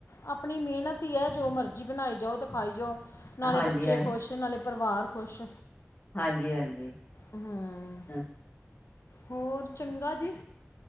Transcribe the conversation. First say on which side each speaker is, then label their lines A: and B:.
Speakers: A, on the left; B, on the left.
A: ਆਪਣੀ ਮਿਹਨਤ ਹੀ ਹੈ ਜੋ ਮਰਜ਼ੀ ਬਣਾਈ ਜਾਓ ਅਤੇ ਖਾਈ ਜਾਓ ਨਾਲੇ
B: ਹਾਂਜੀ
A: ਬੱਚੇ
B: ਹਾਂਜੀ
A: ਖੁਸ਼ ਨਾਲੇ ਪਰਿਵਾਰ ਖੁਸ਼
B: ਹਾਂਜੀ ਹਾਂਜੀ
A: ਹਮ
B: ਹਾਂ
A: ਹੋਰ ਚੰਗਾ ਜੀ